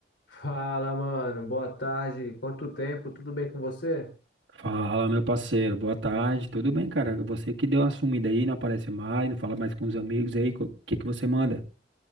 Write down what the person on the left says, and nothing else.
Fala, mano. Boa tarde. Quanto tempo? Tudo bem com você?